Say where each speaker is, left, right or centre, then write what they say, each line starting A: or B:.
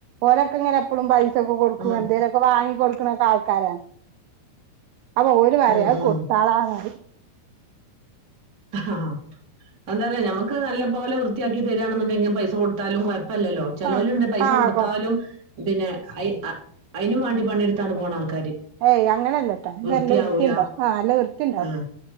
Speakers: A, on the right; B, on the right.
A: ഓലൊക്കെ ഇങ്ങനെ എപ്പഴും പൈസൊക്കെ കൊടുക്കും
B: ഉം.
A: എന്തേലുമൊക്കെ വാങ്ങി കൊടുക്കണൊക്കെ ആൾക്കാരാ അപ്പൊ ഓല് പറയും
B: ഉം.
A: അത്
B: ഉം.
A: കൊടുത്താളാന്ന് പറയും
B: ആഹ് എന്താറിയൊ ഞമ്മ ക്ക് നല്ലപോലെ വൃത്തിയാക്കി തരിയാണെന്നുണ്ടെങ്കി പൈസ കൊടുത്താലും കുഴപ്പല്ലല്ലോ ചെലോരുണ്ട്
A: ആഹ്
B: പൈസ
A: ആഹ്
B: കൊടുത്താലും
A: കൊ
B: പിന്നെ അയ് അതിനും വേണ്ടി പണിയെടുത്താണ്ട് പോണ ആൾക്കാര്
A: ഏയ് അങ്ങനെല്ലട്ടാ ഇത്
B: വൃത്തിയാവൂല
A: നല്ല വൃത്തിയിണ്ട് ആഹ് നല്ല വൃത്തി ഉണ്ടാവും
B: ഉം.